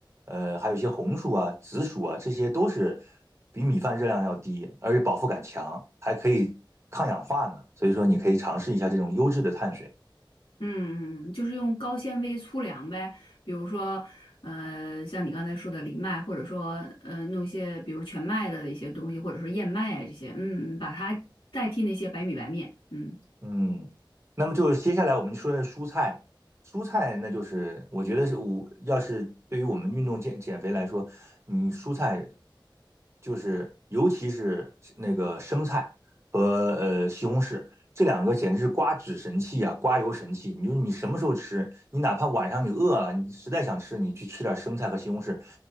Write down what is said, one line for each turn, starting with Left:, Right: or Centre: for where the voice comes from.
Right: 呃，还有一些红薯啊、紫薯啊，这些都是比米饭热量要低，而且饱腹感强，还可以抗氧化呢。所以说，你可以尝试一下这种优质的碳水。
Left: 嗯嗯，就是用高纤维粗粮呗，比如说，呃，像你刚才说的藜麦，或者说，呃，弄一些，比如全麦的一些东西，或者说燕麦啊这些，嗯，嗯把它代替那些白米白面，嗯
Right: 嗯，那么就是接下来我们说蔬菜，蔬菜那就是我觉得是我要是对于我们运动减减肥来说，你蔬菜就是尤其是那个生菜和呃西红柿这两个简直是刮脂神器啊，刮油神器。你就是你什么时候吃，你哪怕晚上你饿了，你实在想吃，你去吃点生菜和西红柿，